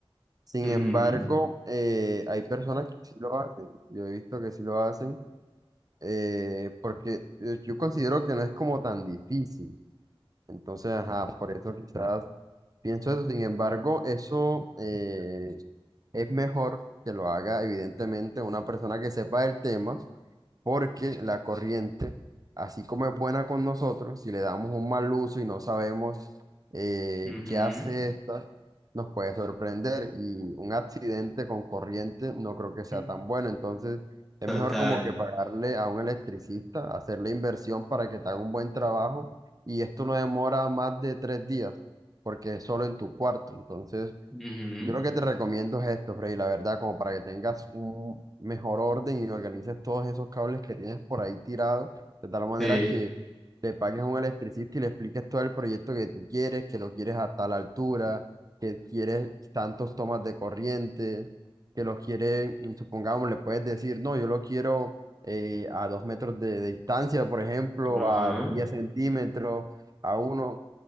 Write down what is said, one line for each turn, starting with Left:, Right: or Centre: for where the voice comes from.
Right: Sin
Centre: Ujú,
Right: embargo, eh, hay personas que sí lo hacen. Yo he visto que sí lo hacen, eh, porque eh, yo considero que no es como tan difícil. Entonces, ajá, por eso quizás pienso eso. Sin embargo, eso eh, es mejor que lo haga, evidentemente, una persona que sepa del tema porque la corriente, así como es buena con nosotros, si le damos un mal uso y no sabemos eh,
Centre: ujú,
Right: qué hace esta, nos puede sorprender y un accidente con corriente no creo que sea
Centre: mm,
Right: tan bueno. Entonces, es
Centre: Total.
Right: mejor como que pagarle a un electricista, hacer la inversión para que te haga un buen trabajo y esto no demora más de tres días, porque es solo en tu cuarto. Entonces,
Centre: ujú,
Right: yo lo que te recomiendo es esto, Freddy, la verdad, como para que tengas un mejor orden y organices todos esos cables que tienes por ahí tirados, de tal manera
Centre: Sí.
Right: que le pagues a un electricista y le expliques todo el proyecto que tú quieres, que lo quieres a tal altura, que quieres tantos tomas de corriente, que lo quieres, supongamos, le puedes decir, no, yo lo quiero eh, a dos metros de, de distancia, por ejemplo,
Centre: Ajá.
Right: a 10 centímetros, a uno.